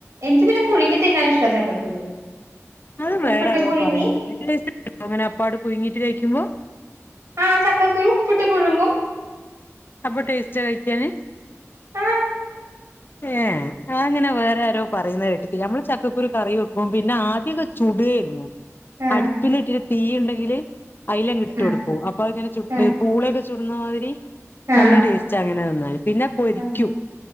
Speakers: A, on the right; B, on the left.
A: എനിക്ക് പിന്നെ പുഴുങ്ങി തിന്നാൻ ഇഷ്ട ചക്കക്കുരു
B: അത് വേറാരോ
A: ഉപ്പിട്ട് പുഴുങ്ങി
B: പറയ്ന്നേട്ട് അങ്ങനെ അപ്പാട് പുഴ്ങ്ങിട്ട് കയ്ക്കുമ്പോ
A: ആ ചക്കക്കുരു ഉപ്പിട്ട് പുഴുങ്ങും
B: അപ്പൊ ടേസ്റ്റ് കഴിക്കാന്
A: ആ
B: ഏ അതങ്ങനെ വേറെ ആരോ പറയുന്ന കേട്ടിട്ടി ഞമ്മൾ ചക്കക്കുരു കറി വെക്കുമ്പിന്നെ ആദ്യഒക്കെ ചുടായിരുന്നു
A: ആ
B: അടുപ്പിലു ഇച്ചിരി തീ ഉണ്ടെങ്കില് അയലു അങ്ങ് ഇട്ട്
A: ആ
B: കൊടുക്കൂ അപ്പൊ അങ്ങനെ ചുട്ട്
A: ആ
B: പൂളൊക്കെ ചുട്ന്നമാതിരി
A: ആ
B: നല്ല ടേസ്റ്റ് അങ്ങനെ തിന്നാല് പിന്നെ പൊരിക്കും
A: ആ